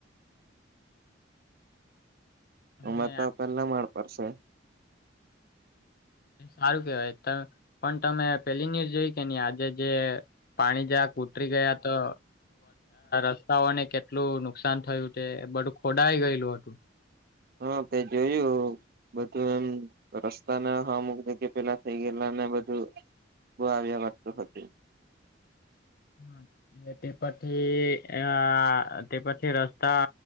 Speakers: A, on the left; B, on the right.
A: <inaudible> તમે
B: અમામે તો પેલા માળ પરશે
A: હ એ સારું કેવાય તમે પણ તમે પેલી ન્યુઝ જોઈ કે નહી આજે જે પાણી જરાક ઉતરી ગયા તો રસ્તાઓને કેટલું નુકસાન થયું તે બધું ખોડાઈ ગયેલું હતું
B: હા તે જોયું બધું એમ રસ્તાને હવા મક કે પેલા થઈ ગયેલા ને બધું બોવાવ કરત હોતે
A: હા તે પછી અ તે પછી રસ્તા